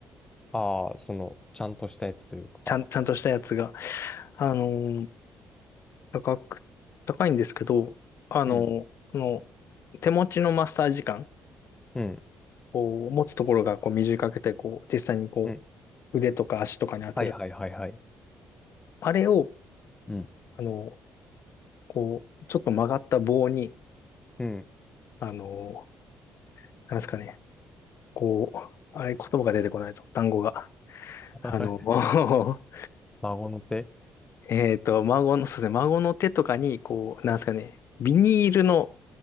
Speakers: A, on the left; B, on the left.
A: ああ、その、ちゃんとしたやつというか、
B: ちゃん、ちゃんとしたやつが。あのー高く、高いんですけど、あのーこの、
A: うん、
B: 手持ちのマッサージ感、
A: うん、
B: こう、持つところがこう短くて、こう、実際にこ
A: うん。
B: う、腕とか足とかに当てる。
A: はいはいはいはい。
B: あれを、
A: うん、
B: あのーこう、ちょっと曲がった棒に、
A: うん。
B: あのーなんですかね、こう、あれ言葉が出てこないぞ、単語が。
A: <laughs>
B: あの、
A: はい。
B: <laughs>
A: 孫の手。
B: えっと、孫の、そうですね、孫の手とかに、こう、なんですかね、ビニールの